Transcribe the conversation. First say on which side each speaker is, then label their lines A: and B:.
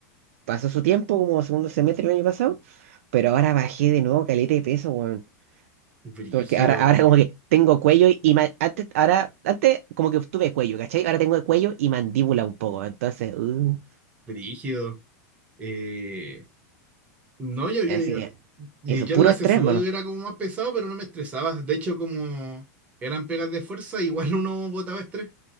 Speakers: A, on the right (about 55°); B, on the right (about 15°).
A: pasó su tiempo, como segundo semestre del año pasado, pero ahora bajé de nuevo caleta de peso, weón.
B: Brígido,
A: Porque ahora, ahora como que tengo cuello y ma- antes, ahora, antes como que tuve cuello, ¿cachai? Ahora tengo cuello y mandíbula un poco. Entonces, uh,
B: brígido. Eh, No, yo, yo,
A: así
B: yo,
A: que
B: y
A: eso,
B: yo
A: puro
B: en la
A: estrés,
B: CSU
A: hermano.
B: era como más pesado, pero no me estresaba. De hecho, como eran pegas de fuerza, igual <laughs> uno botaba estrés.